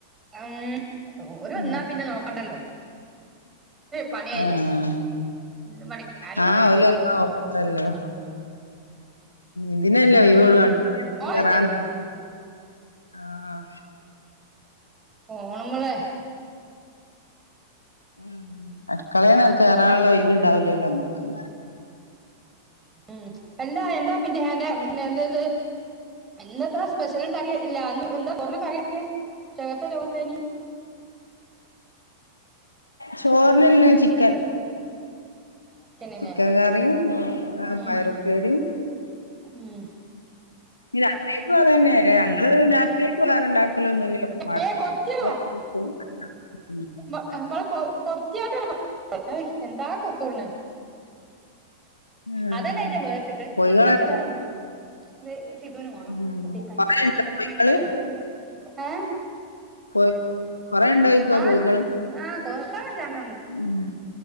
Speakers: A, on the right; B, on the left.
A: ഉം ഓര് വന്നാ
B: ഉം
A: പിന്നെ നോക്കണ്ടല്ലോ പണിയായില്ലേ
B: ആഹ്
A: ഇന്ന് പണി ആരും
B: ആഹ് ആഹ് ഓല് വന്നാ നോക്കണ്ടല്ലോ ഇതിനല്ലേ
A: ഉം
B: ഒയിവൊള്ളൂ അടുത്ത <unintelligible>
A: ആയിട്ട
B: കറാന ആഹ്
A: ഫോണ് മ്മളെ
B: ഉം അടുക്കളേന്നര കേറാനുള്ള ഒഴിവ് ണ്ടാവലല്ലോ നമ്മക്ക്
A: ഉം അല്ല എന്താ പിന്നെ എൻ്റെ എന്തായത് ഇന്നത്തൊ സ്പെഷ്യൽണ്ടാക്കിയ അല്ല എന്ത ചോറിന് കറിയൊക്കെ ഉച്ചക്കത്തെ ചോറ് എന്തെ നി
B: ചോറിനന്നെ ചിക്കൻ
A: ചിക്കനല്ലേ
B: ചിക്കൻ കറിയും
A: ഉം
B: പയറുപ്പേരിയും
A: ഉം
B: രാത്രിക്കും അതന്നെ ഞങ്ങള് രാത് ക്ക് വേറെണ്ടാക്കലൊന്നുല്ല <unintelligible>
A: ഏ കൊത്തിയാണ്
B: ഉം
A: നമ്മടെ കൊ കൊത്തിയാട്ടല്ല എന്താ കൊത്തൂടണ
B: ആ
A: അതന്നെ ആയിച്ചാ വേർക്ക
B: കോഴികളെല്ല
A: ഇതിർത്തക്കണ ഇത് സിതുവിനു വേണം
B: ഉം
A: ഒട്ടിക്കൻ
B: കൊറേണ്ടോ കോഴികള്
A: ഉം ഏ
B: <unintelligible> കൊറേണ്ടോയ്ക്ക
A: ആഹ്
B: കോഴികള്
A: ആഹ് കോക്ക ജന
B: ഉം